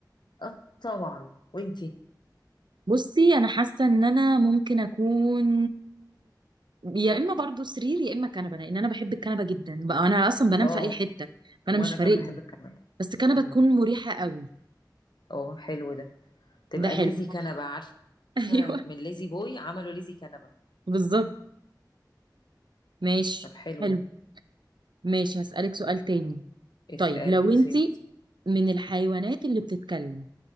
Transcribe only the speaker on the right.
بصي انا حاسه ان انا ممكن اكون يا اما برضو سرير يا اما كنبه لان انا بحب الكنبه جدا بقى انا اصلا بنام
في اي حته فانا
مش فارق
لي
بس كنبه
تكون مريحه قوي
ده حلو
<laughs> ايوه
بالظبط ماشي
حلو
ماشي هسالك سؤال تاني
طيب لو
انت
من الحيوانات اللي بتتكلم